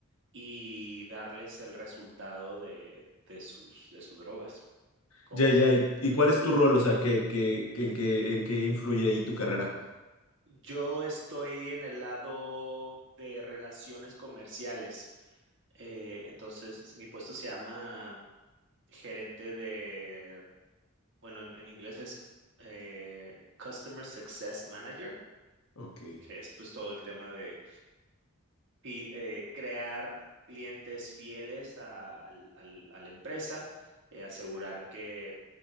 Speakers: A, on the right; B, on the left.
A: y darles el resultado de, de sus, de sus drogas. ¿Cómo
B: Ya,
A: es?
B: ya, ¿y, y cuál es tu rol? O sea, ¿qué, qué- en qué, en qué influye ahí tu carrera?
A: Yo estoy en el lado de relaciones comerciales. Eh, entonces, mi puesto se llama gerente de, bueno, en, en inglés es eh, Customer Success Manager,
B: Ok.
A: que es pues todo el tema de fi- eh, crear clientes fieles a, al- al- a la empresa, eh, asegurar que,